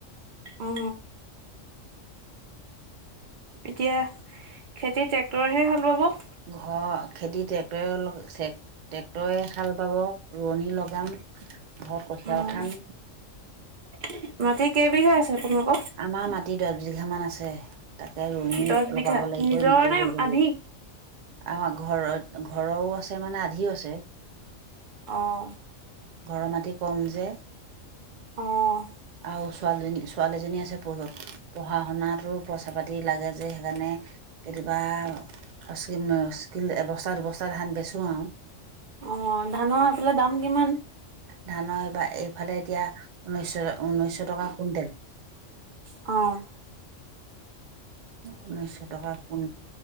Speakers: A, on the right; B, on the right.
A: অঁ। এতিয়া খেতি ট্ৰেক্টৰেহে হাল বাব।
B: ঘৰ খেতি ট্ৰেক্টৰে অলপ চেক ট্ৰেক্টৰে হাল বাব, ৰোৱনী লগাম, ঘৰত কঠিয়া
A: উম,
B: উঠাম।
A: <unintelligible> মাটি কেইবিঘা আছে আপোনালোকৰ?
B: আমাৰ
A: দছ
B: মাটি দহ বিঘা মান আছে তাকে ৰোৱনী
A: বিঘ
B: লগাব
A: বিঘা
B: লাগিব
A: নিজৰ
B: নিজেও
A: নে
B: কৰিব লাগিব
A: আধি?
B: আমাৰ ঘৰত ঘৰৰো আছে মানে আধিও আছে।
A: অঁ।
B: ঘৰৰ মাটি ক'ম যে।
A: অঁ।
B: আৰু ছোৱালীজনী ছোৱালীজনী আছে পঢ় পঢ়া শুনাতো পইচা পাতি লাগে যে সেইকাৰণে কেতিয়াবা অ্ <unintelligible> এৱস্তা দুৱস্তা ধান বেচো আও।
A: অ ধানৰ সেফালে দাম কিমান?
B: ধানৰ এইবা এইফালে এতিয়া ঊনৈছ ঊনৈছশ টকা কুণ্টেল
A: অ'
B: ঊনৈছশ টকা কোন